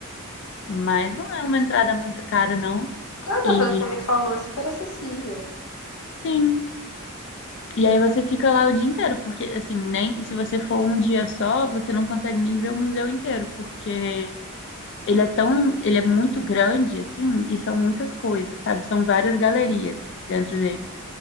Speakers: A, on the left (about 55°); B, on the left (about 70°).
A: Mas não é uma entrada muito cara, não.
B: Ah, não,
A: E
B: pelo que você me falou, é super acessível.
A: sim. E aí você fica lá o dia inteiro, porque assim, nem se você for um dia só, você não consegue nem ver o museu inteiro, porque Ele é tão, ele é muito grande, assim, e são muitas coisas, sabe? São várias galerias dentro dele.